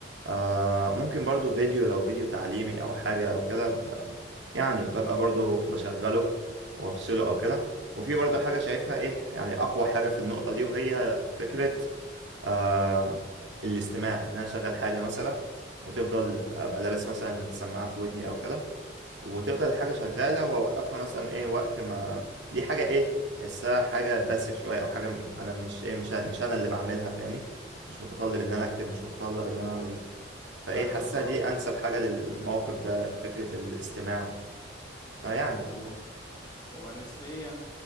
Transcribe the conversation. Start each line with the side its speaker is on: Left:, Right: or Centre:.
Right: آه ممكن برضو فيديو لو فيديو تعليمي او حاجه او كده ب- يعني ببقى برضو بشغله وافصله او كده وفي برضو حاجه شايفها ايه يعني اقوى حاجه في النقطه دي وهي فكره آه الاستماع ان انا اشغل حاجه مثلا وتفضل ابقى لابس مثلا سماعه في ودني او كده وتفضل الحاجة شغالة وأوقفها مثلا إيه وقت ما دي حاجة إيه تحسها حاجة باسف شوية أو حاجة م- أنا مش إيه مش أنا مش أنا اللي بعملها فاهمني مش متطلب إن أنا أكتب مش متطلب إن أنا أعمل فإيه
Left: فاهمك
Right: حاسها
Left: اه
Right: دي أنسب حاجة للموقف ده فكرة الاستماع فيعني
Left: هو ونسبيا